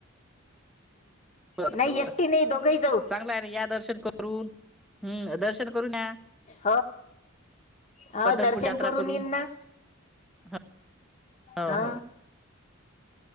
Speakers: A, in the centre; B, on the left.
A: हम् बरोबर
B: नाही एकटी नाही दोघही जाऊ
A: चांगला आहे ना या दर्शन करून हम्म दर्शन करून या
B: हो हो
A: पंढरपूर
B: दर्शन
A: यात्रा
B: करून
A: करून
B: येईन ना
A: हा ह
B: हा
A: हो